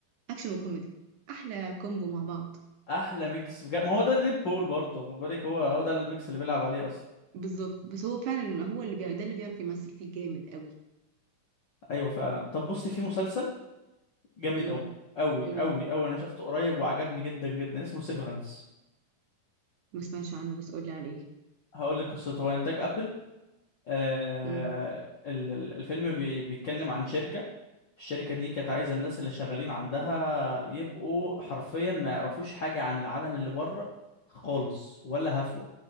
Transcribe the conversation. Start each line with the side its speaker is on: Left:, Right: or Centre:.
Right: اكشن وكوميدي احلى كومبو مع بعض
Left: احلى ميكس بجد ما هو ده ديد بول برضه خد بالك هو هو ده الميكس اللي بيلعب عليه اصلا
Right: بالظبط بس هو فعلا هو اللي بي... ده اللي بيعرف يمثل فيه جامد قوي
Left: ايوه فعلا طب بصي في مسلسل جامد
Right: امم
Left: قوي قوي
Right: قول
Left: قوي قوي انا شفته قريب وعجبني جدا جدا اسمه سيفرنس
Right: ما سمعتش عنه بس قول لي عليه
Left: هقول لك قصته هو انتاج ابل آه
Right: امم
Left: ال- ال- الفيلم بي بيتكلم عن شركه الشركه دي كانت عايزه الناس اللي شغالين عندها يبقوا حرفيا ما يعرفوش حاجه عن العالم اللي بره خالص ولا هفوه